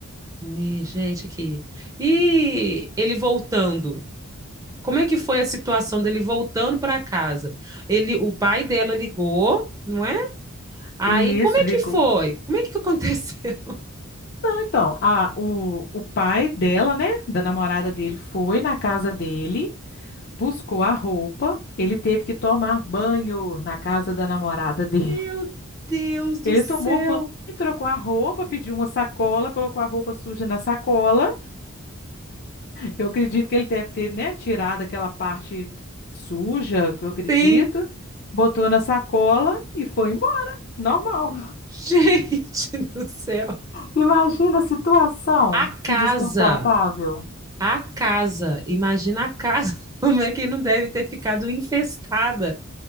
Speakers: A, on the right (about 15°); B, on the left (about 50°).
A: Me- Gente, aqui. E ele voltando. Como é que foi a situação dele voltando para casa? Ele, o pai dela ligou, não é? Aí,
B: E
A: como
B: isso
A: é
B: ligou.
A: que foi? Como é que <laughs> aconteceu?
B: Então, a, o, o pai dela, né, da namorada dele, foi na casa dele. buscou a roupa, ele teve que tomar banho na casa da namorada dele.
A: Meu
B: <laughs>
A: Deus do
B: Ele
A: céu!
B: tomou banho, trocou a roupa, pediu uma sacola, colocou a roupa suja na sacola. Eu acredito que ele deve ter, né, tirado aquela parte suja, que eu acredito,
A: Sim,
B: botou na sacola e foi embora. Normal.
A: Gente <laughs> do céu.
B: Imagina a situação,
A: A casa,
B: que desconfortável.
A: a casa, imagina a casa, <laughs> como é que não deve ter ficado infestada